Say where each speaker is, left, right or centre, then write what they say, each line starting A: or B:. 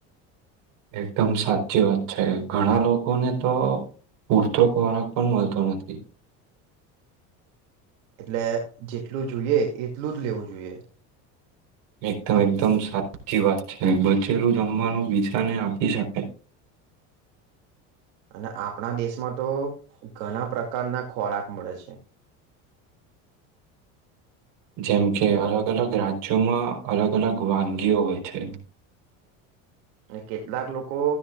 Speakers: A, on the right (about 65°); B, on the right (about 85°).
A: એકદમ સાચી વાત છે ઘણા લોકોને તો પૂરતો ખોરાક પણ મળતો નથી.
B: એટલે જેટલું જોઈએ એટલું જ લેવું જોઈએ.
A: એકદમ એકદમ સાચી વાત છે બચેલું જમવાનું બીજાને આપી શકાય
B: અને આપણા દેશમાં તો ઘણા પ્રકારના ખોરાક મળે છે. <inaudible>
A: જેમ કે અલગ અલગ રાજ્યોમાં અલગ અલગ વાનગીઓ હોય છે.
B: અને કેટલાક લોકો